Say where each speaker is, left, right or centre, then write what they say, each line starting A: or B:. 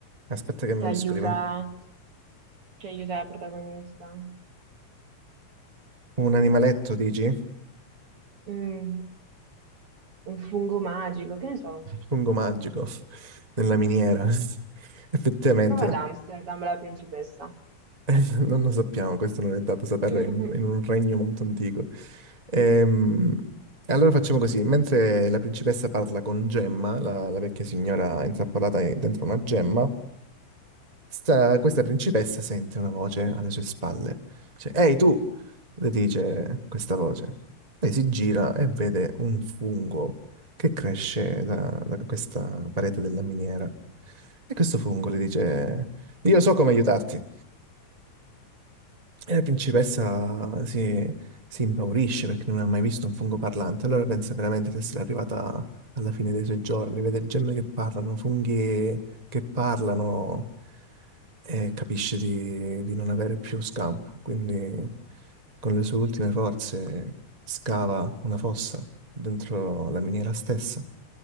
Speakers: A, on the right (about 25°); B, on the right (about 50°).
A: Aspetta che me
B: che aiuta,
A: lo scrivo.
B: che aiuta la protagonista.
A: Un animaletto, dici?
B: Mm, un fungo magico, che ne so.
A: Fungo magico <laughs> nella miniera. <laughs> Effettivamente,
B: Si trova ad Amsterdam la principessa.
A: <laughs> Non lo sappiamo, questo non è dato saperlo
B: <laughs>
A: in un, in un regno
B: Mm,
A: molto antico. Ehm, allora facciamo così, mentre la principessa parla con Gemma, la, la vecchia signora intrappolata in- dentro una gemma, sta- questa principessa sente una voce alle sue spalle. Dice, Ehi tu, le dice questa voce. Lei si gira e vede un fungo che cresce da, da questa parete della miniera. E questo fungo le dice, io so come aiutarti. E la principessa si, si impaurisce perché non ha mai visto un fungo parlante, allora pensa veramente di essere arrivata alla fine dei suoi giorni, vede gemme che parlano, funghi che parlano e capisce di, di non avere più scampo, quindi con le sue ultime forze scava una fossa dentro la miniera stessa